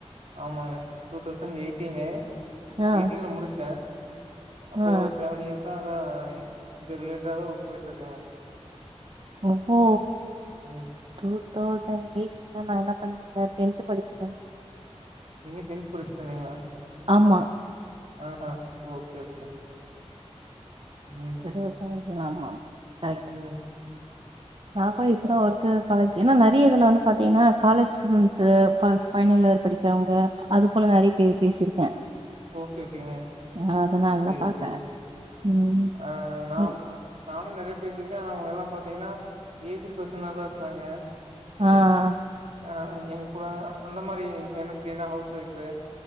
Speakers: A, on the right; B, on the right.
A: ஆமாங்க டூ தௌசண்ட் எயிட்டீனு
B: ஆ
A: எயிட்டீன்ல முடிச்ச அப்பறோ
B: ஆ
A: ஒரு செவன் இயர்சா தா இது ரிலேட்ட தா ஒர்க் போயிட்டுருக்க
B: ஓஹோ
A: ம்
B: டூ தௌசண்ட் எயிட்ல நா என்ன பண்ணியிந்தே டென்த் படிச்சிட்ருந்த
A: நீங்க டென்த் படிச்சிட்டு இருந்திங்களா
B: ஆமா
A: ஆஹா ஓகே ஓகேங்க ம்
B: விவசாயிகளா ஆமா ஆமா கரெக்ட்
A: ம்
B: நா கூட இப்பதா
A: அ
B: வொர்க்கு காலேஜ் ஏன்னா நறைய இதுல வந்து பாத்திங்கனா காலேஜ் ஸ்டுடெண்ட்டு பஸ் ஃபைனிலியர் படிக்கிறவங்க அது போல நறைய பேரு பேசிருக்கே
A: ஓகே ஓகேங்க.
B: நா அதனால
A: சரி
B: தா பாக்க
A: சரிங்க.
B: ம்
A: ஆ நா
B: ம்.
A: நானு நறைய பேசியிருக்க ஆனா அவுங்க எல்லா பாத்திங்கன்னா ஏஜிட்டு பர்சனாதா இருந்தாங்க
B: ஆ ஆ
A: ஆ எங்கூட அந்த மாரி எப்டின்னா ஹவுஸ் ஒய்ஃபு